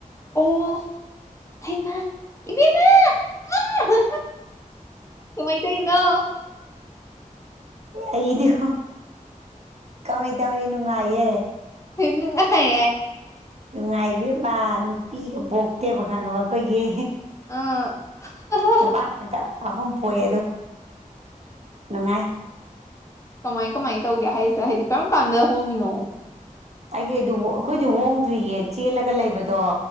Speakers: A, on the left; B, on the right.
A: ꯑꯣ ꯍꯩꯃꯥ ꯏꯕꯦꯝꯃ ꯑꯣꯍꯣꯍꯣ ꯀꯥꯃꯥꯏ ꯇꯧꯔꯤꯅꯣ
B: ꯑꯩꯗꯤ ꯀꯃꯥꯏ ꯇꯧꯅꯤ ꯅꯨꯡꯉꯥꯏꯌꯦ
A: ꯍ ꯅꯨꯅꯨꯡꯉꯁꯦ
B: ꯅꯨꯡꯉꯥꯏꯕꯃ ꯅꯨꯄꯤꯒ ꯄꯣꯛꯇꯦꯕ ꯈꯪꯉꯕ ꯑꯩꯈꯣꯏꯒꯤ
A: ꯑ <unintelligible>
B: ꯅꯨꯄꯥ ꯑꯍꯨꯝ ꯄꯣꯛꯑꯦ ꯑꯗꯨ ꯅꯨꯡꯉꯥꯏ
A: ꯀꯃꯥꯏ ꯀꯃꯥꯏꯅ ꯇꯧꯒꯦ ꯍꯥꯏꯁꯦ ꯍꯥꯏꯗꯤ ꯀꯔꯝ ꯀꯥꯟꯗ ꯍꯣꯡꯉꯤꯅꯣ
B: ꯑꯩꯩ ꯑꯩꯈꯣꯏꯗꯤ ꯍꯣꯡꯗ꯭ꯔꯤꯌꯦ ꯆꯦꯜꯂꯒ ꯂꯩꯕꯗꯣ